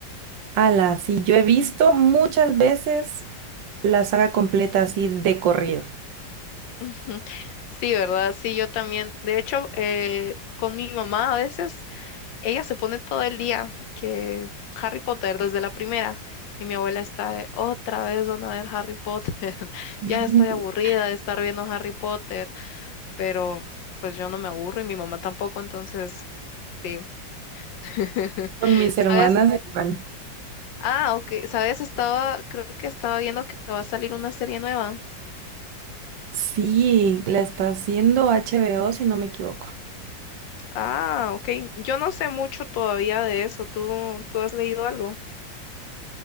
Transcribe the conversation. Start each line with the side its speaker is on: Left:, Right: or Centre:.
Right: Ala, sí, yo he visto muchas veces la saga completa así de corrido.
Left: <laughs> Ujú. Sí, ¿verdad? Sí, yo también. De hecho, eh, con mi mamá a veces, ella se pone todo el día que Harry Potter desde la primera. Y mi abuela está de, otra vez van a ver Harry Potter. <laughs>
Right: <laughs>
Left: Ya estoy aburrida de estar viendo Harry Potter, pero pues yo no me aburro y mi mamá tampoco, entonces sí. <laughs>
Right: Con mis
Left: ¿Sabes?
Right: hermanas igual.
Left: Ah, ok. ¿Sabes? Estaba, creo que estaba viendo que va a salir una serie nueva.
Right: Sí, la está haciendo HBO, si no me equivoco.
Left: Ah, ok. Yo no sé mucho todavía de eso. ¿Tú, tú has leído algo?